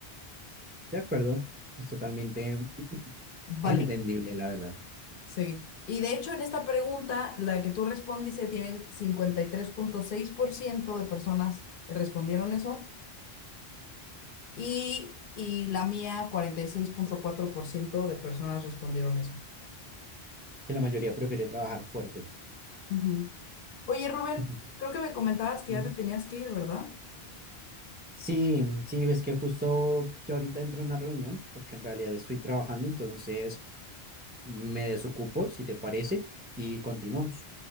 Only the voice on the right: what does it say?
De acuerdo, es totalmente <clears throat>
entendible, la verdad,
que la mayoría prefiere trabajar fuerte.
Ujú.
Mm.
Sí, sí, es que justo yo ahorita entro en una reunión, porque en realidad estoy trabajando, entonces me desocupo, si te parece, y continuamos.